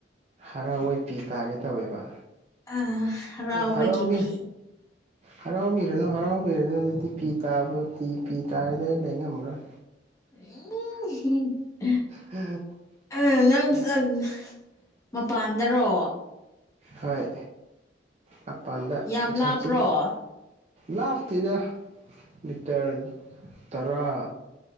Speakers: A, on the right (about 35°); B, on the left (about 20°).
A: ꯍꯔꯥꯎꯋꯦ ꯄꯤ ꯇꯥꯒꯦ ꯇꯧꯋꯦꯕ
B: ꯑ ꯍꯔꯥꯎꯕꯒꯤ
A: ꯍꯔꯥꯎꯕꯤ
B: ꯄꯤ
A: ꯍꯔꯥꯎꯕꯤꯔꯅꯨ ꯍꯔꯥꯎꯕꯤꯔꯅꯨ ꯑꯗꯨꯗꯤ ꯄꯤ ꯇꯥꯕ ꯇꯤ ꯄꯤ ꯇꯥꯔꯗꯤ ꯑꯩ ꯂꯩꯉꯝꯃꯔꯣꯏ
B: <unintelligible>
A: <unintelligible>
B: <unintelligible> ꯃꯄꯥꯟꯗꯔꯣ
A: ꯍꯣꯏ ꯃꯄꯥꯟꯗ
B: ꯌꯥꯝ
A: ꯍꯥꯡ
B: ꯂꯥꯞꯄ꯭ꯔꯣ
A: ꯍꯥꯡꯆꯤꯠ ꯂꯥꯞꯇꯦꯗ ꯃꯤꯇꯔ ꯇꯔꯥ